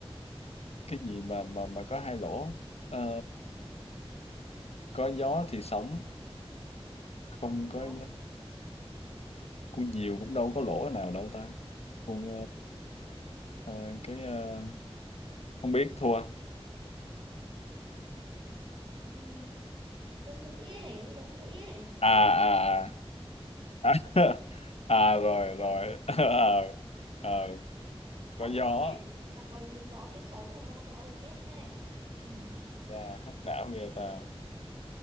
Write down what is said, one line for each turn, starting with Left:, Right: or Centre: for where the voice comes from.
Left: cái gì mà mà mà có hai lỗ Ờ, có gió thì sóng không
Right: không gió
Left: có
Right: thì
Left: con diều cũng đâu có lỗ nào đâu ta con ờ, ờ, cái ờ, không biết thua à
Right: ừm, cái mũi ấy lỗ mũi ấy
Left: à à, <laughs> à, à rồi rồi <laughs> Ờ, ờ, có
Right: gió
Left: gió
Right: thì nó chết à, còn gió thì sống mà không gió thì chết đấy Ừm,
Left: ra hắc đảo nghe ta